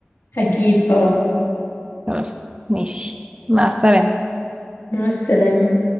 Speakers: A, on the left (about 80°); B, on the right (about 25°).
A: اكيد اه
B: خلاص ماشي مع السلامة
A: مع السلامة